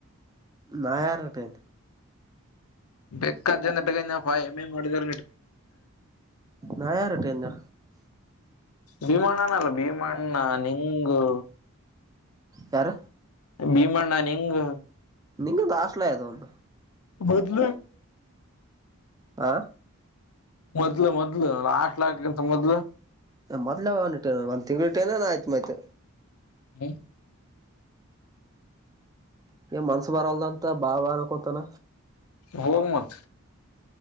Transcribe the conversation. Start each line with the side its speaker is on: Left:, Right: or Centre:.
Right: ನಾ ಯಾರನಟೇನ್
Left: ಬೇಕಾದ ಜನಗ ಮಾಡಗಟಕ
Right: ನಾ ಯಾರ ಇಟ್ಟೇನ್
Left: ಭೀಮಣ್ಣನಲ್ಲ ಭೀಮಣ್ಣ ನಿಂಗು
Right: ಯಾರ
Left: ಭೀಮ್ಣನ್ ಹೆಂಗ್
Right: ನಿಂಗ ದಾ ಆಸ್ಲದ ಒಂದು
Left: ಬದಲು
Right: ಆ
Left: ಮೊದ್ಲು ಮೊದ್ಲು ಆಾಕ್ಲಾಕ್ಕ್ಕಂತ ಮೊದ್ಲು
Right: ಮೊದ್ೇ ಒ ಇಟ್ಟಟೇನ ಒಂದ್ ತಿಂಗ್ಳ ಇ ಟೇನ ಆಯ್ತ್ು ಆಯ್ತು
Left: ಹ್ಮ
Right: ಮನ್ಸ ಬರಲ್ದ ಅಂತ ಬಾ ಅನ್ಕೊತಾನ
Left: ಹೋಗ ಮತ್